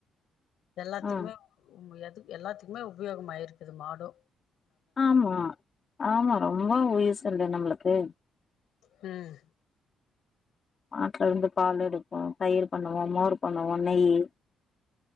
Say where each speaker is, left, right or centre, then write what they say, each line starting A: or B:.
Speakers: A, on the left; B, on the left.
A: எல்லாத்துக்குமே
B: ம்
A: உ எது எல்லாத்துக்குமே உபயோகமா இருக்குது மாடு
B: ஆமா ஆமா ரொம்ப உயிஸ் இல்ல நம்மளுக்கு
A: ம்
B: மாட்டுல இருந்து பால் எடுப்போ தயிர் பண்ணுவோ மோர் பண்ணுவோ நெய்யி